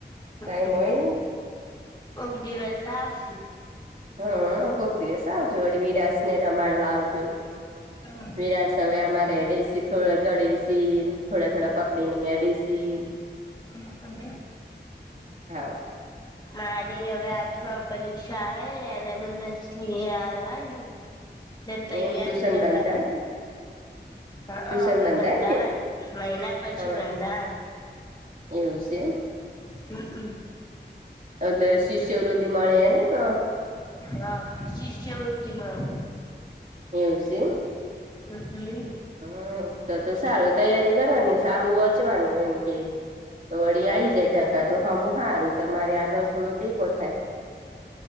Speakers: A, on the right (about 45°); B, on the left (about 25°).
A: ટાઈમ
B: હમમ
A: હોય નને
B: કોક દિવસ આવશુ
A: હા, કોક દિવસ આવજો વળી વિરાશ ને રમાડવા આવજો
B: હ
A: વિનાસ હવે અમારે હેડેસી થોડા ગળે સીન થોડા થોડા પકડી ને હેડેસીન
B: <inaudible>
A: હા
B: મારી હવે <unintelligible> જમાં પરીક્ષા આવે એને મેસ્ ની એ આલહવા નીન ને તૈયારી
A: એમ ટ્યુશન
B: કરવાની.
A: બંધ થાય કે
B: હા
A: ટ્યુશન
B: હવે
A: બંધ
B: બંધાવ
A: થાય કે
B: હોય મહિના પછી
A: હા
B: બંધાહય
A: એવું છે એમ.
B: હમ હમ
A: એલે શિષ્યવૃદધિ મળળે એની પ
B: હા શિષ્ય વૃત્તિમા
A: એવું છે એમ.
B: હ હ
A: હમ તો તો સારું તૈયારી કરવાની સારું ઓંચવાનું એમ કે તો વળી આ આવી જાય ટકા તો હા હું સારું તમારે આગળ થોડો ટેકો થાય.